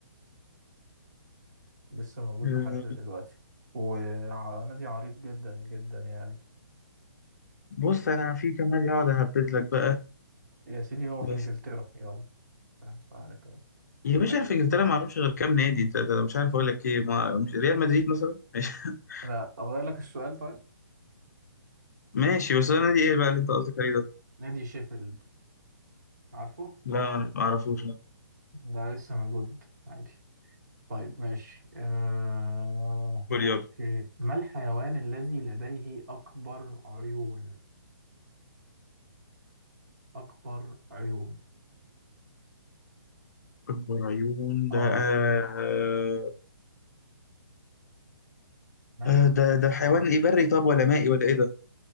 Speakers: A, on the right; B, on the left.
A: لسه موجود
B: آه،
A: لحد دلوقتي ونادي عريق جدا جدا يعني
B: بص انا في كام نادي اقعد اهبد لك بقى
A: يا سيدي هو
B: بس
A: في انجلترا يلا فهمت عليك اهو
B: يا باشا
A: كده كده
B: في انجلترا ما اعرفش غير كام نادي ده ده مش عارف اقول لك ايه ما مش ريال مدريد مثلا ماشي <laughs>
A: لا اغير لك السؤال طيب
B: ماشي بس ده نادي ايه بقى اللي انت قصدك عليه ده
A: نادي شيفيلد عارفه
B: لا ما اعرفوش لا
A: ده لسه موجود عادي طيب ماشي آه...
B: كوريال
A: أوكي ما الحيوان الذي لديه أكبر عيون أكبر عيون
B: اكبر عيون
A: آه
B: ده آه
A: ما
B: آه، ده
A: الحيوان
B: ده حيوان
A: الذي
B: ايه بري طب ولا مائي ولا ايه ده